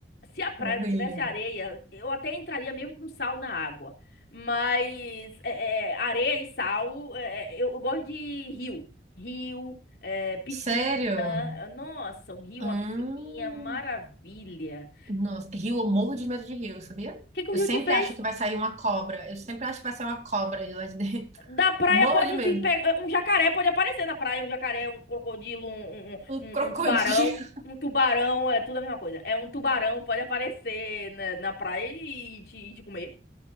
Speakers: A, on the left; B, on the right.
A: se a praia
B: Horrível.
A: não tivesse areia, eu até entraria mesmo com sal na água. Mas é, é, areia e sal, é, é, eu, eu gosto de rio. Rio, é, piscina.
B: Sério?
A: Nossa, um rio,
B: Hum.
A: uma piscininha, maravilha.
B: Nossa. Rio, eu morro de medo de rio, sabia?
A: O que que
B: Eu
A: o rio
B: sempre
A: te fez?
B: acho que vai sair uma cobra. Eu sempre acho que vai sair uma cobra de lá de dentro.
A: Da
B: <laughs>
A: praia
B: Morro
A: pode
B: de medo.
A: te pegar. Um jacaré pode aparecer na praia. Um jacaré, um crocodilo, um, um, um-
B: Um
A: um
B: crocodilo.
A: um tubarão. Um tubarão, é tudo a mesma coisa. É um tubarão, pode aparecer na, na praia e te, e te comer.